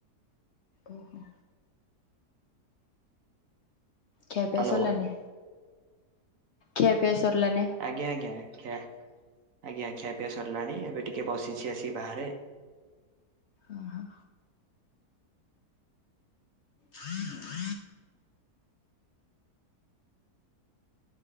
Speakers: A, on the left; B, on the right.
A: ଓ ହ। ଖିଆ ପିଆ
B: ହ୍ୟାଲୋ।
A: ସରିଲାନି ଖିଆ ପିଆ ସରିଲାନି?
B: ଆଜ୍ଞା ଆଜ୍ଞା ଖିଆ ଆଜ୍ଞା ଖିଆ ପିଆ ସରିଲାଣି ଏବେ ଟିକେ ବସିଚି ଆସିକି ବାହାରେ।
A: ଓ ହ। ହୁଁ